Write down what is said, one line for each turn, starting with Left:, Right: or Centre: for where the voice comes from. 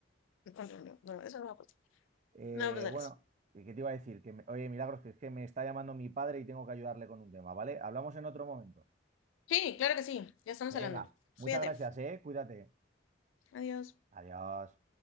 Left: No, no, no, no, eso no va a pasar.
Right: Eh,
Left: No va a pasar
Right: bueno,
Left: eso.
Right: ¿y ¿qué te iba a decir? Que me- Oye, Milagros, que es que me está llamando mi padre y tengo que ayudarle con un tema, ¿vale? Hablamos en otro momento.
Left: Sí, claro que sí, ya estamos
Right: Venga,
Left: hablando. Fíjate.
Right: muchas gracias, ¿eh? Cuídate.
Left: Adiós.
Right: Adiós.